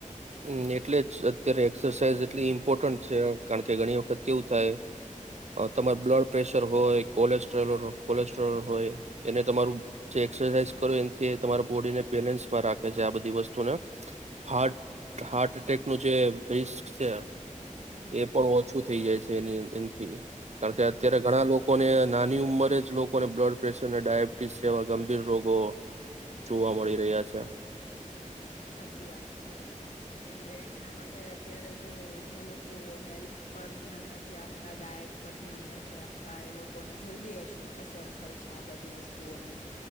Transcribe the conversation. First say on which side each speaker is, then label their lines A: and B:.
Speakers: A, on the right; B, on the left.
A: હમ્મ એટલે જ અત્યારે એક્સસાાઈઝ એટલી ઇમ્પોર્ટન્ટ છે કારણ કે ઘણી વખત કેવુ થાય તમારુ અ બ્લડપ્રેશર વધારે હોય, કોલેસ્ટ્રો કોલેસ્ટ્રલ હોય એને તમારું જે એક્સસાઇઝ કરો એનથી એ તમારા બોડીને બેલેન્સમાં રાખે છે આ બધી વસ્તુને હાર્ટ હાર્ટ એટેકનું જે રિસ્ક છે.
B: હમ
A: એ પણ ઓછું થઇ જાય છે. તેની એથી કારણ
B: હમ
A: કે અત્યારે ઘણા લોકોને નાની ઉંમરે જ લોકોને બ્લડ પ્રેશર ને ડાયાબિટીસ જેવા ગંભીર રોગો જોવા મળી રહ્યા છે
B: હમ સાચી વાત છે. એટલે એના માટે અત્યારે જો જે લોકો હેલ્થ પર ધ્યાન નથી આપતા ડાયટ પર ધ્યાન નથી આપતા એ લોકોને જલ્દી અસર થાય છે આ બધી વસ્તુઓની.